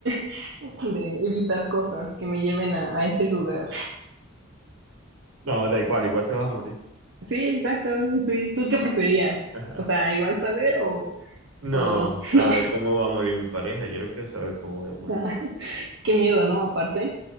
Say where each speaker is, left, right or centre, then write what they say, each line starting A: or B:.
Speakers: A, on the right; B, on the right.
A: <laughs> de evitar cosas que me lleven a, a ese lugar.
B: No, da igual, igual te vas a morir.
A: Sí, exacto, sí, ¿tú qué preferías?
B: <laughs>
A: O sea, igual saber o,
B: No,
A: O no sé,
B: saber
A: <laughs> no.
B: cómo va a morir mi pareja. Yo no quiero saber cómo voy a morir,
A: <laughs>
B: vamos.
A: Qué miedo, ¿no? Aparte.